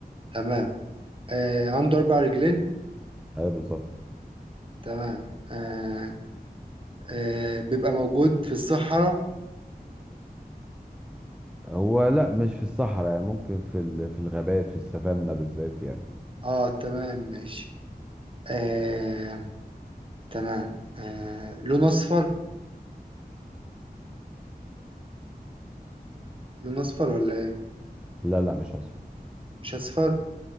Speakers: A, on the right; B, in the centre.
A: تمام آه عنده اربع رجلين
B: ايوه بالظبط
A: تمام آه آه بيبقى موجود في الصحراء
B: هو لا مش في الصحراء يعني ممكن في ال... في الغابات في السافانا بالذات يعني
A: اه تمام ماشي آه تمام آه لون اصفر لون اصفر ولا ايه
B: لا لا مش اصفر
A: مش اصفر